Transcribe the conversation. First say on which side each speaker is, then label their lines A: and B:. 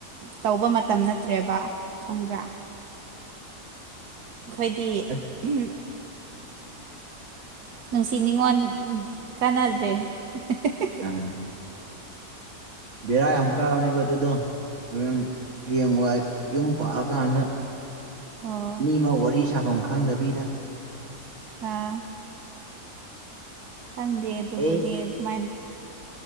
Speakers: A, on the right; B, on the right.
A: ꯇꯧꯕ ꯃꯇꯝ ꯅꯠꯇ꯭ꯔꯦꯕ ꯈꯪꯕ꯭ꯔ꯫ ꯑꯩꯈꯣꯏꯗꯤ
B: ꯑꯁ
A: <unintelligible> ꯅꯨꯡꯁꯤ ꯅꯤꯉꯣꯟ ꯀꯥꯟꯅꯗ꯭ꯔꯦ <unintelligible>
B: <unintelligible> ꯕꯦꯔ ꯌꯥꯝ ꯀꯥꯕꯅꯤꯀꯣ ꯑꯗꯨꯗꯣ ꯎꯝ ꯍꯔꯦꯡ ꯋꯥꯏ ꯌꯨꯝ ꯄꯥꯟꯂ ꯀꯥꯟꯗ
A: ꯑꯣ
B: ꯅꯤꯃ ꯋꯥꯔꯤ ꯁꯥꯐꯝ ꯈꯪꯗꯕꯤꯗ
A: ꯑꯥ ꯈꯪꯗꯦ ꯑꯗꯨꯕꯨꯗꯤ
B: ꯑꯦ
A: ꯑꯗꯨꯃꯥꯏꯅ